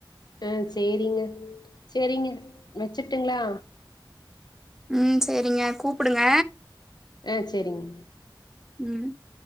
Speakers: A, on the left; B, in the centre.
A: அ சேரிங்க சேரிங்க வச்சுட்டுங்ளா
B: ம் சேரிங்க கூப்புடுங்க
A: ஆ சேரிங்க
B: ம்